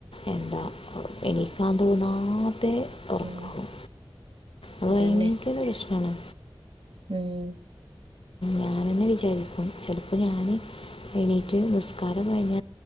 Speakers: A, on the left; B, on the right.
A: എന്താ എനിക്കാ തോന്നാ ത്തെ ഉറക്കും
B: ഉം
A: അത്
B: അതന്നെ
A: ഭയങ്കര ഇഷ്ടമാണ്
B: ഉം
A: ഞാാനെന്നെ വിചാരിക്കും ചിലപ്പോൾ ഞാൻ എണീറ്റ് നിസ്കാരം കഴിഞ്ഞ